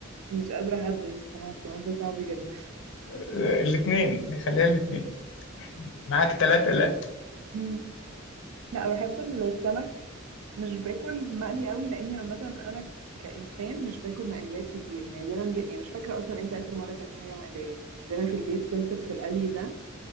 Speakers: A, on the right; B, on the left.
A: مش قادرة أحدد الصراحة السؤال ده صعب جدا
B: <laughs> الاثنين خليها الاثنين معاك ثلاثة لا
A: <laughs> لا بحب السمك مش باكل مقلي قوي لاني عامه انا كانسان مش باكل مقليات كتير نادرا جدا يعني مش فاكره اصلا امتى اخر مره اكلت حاجه مقليه يعني عندنا في البيت كونسبت القلي ده يعني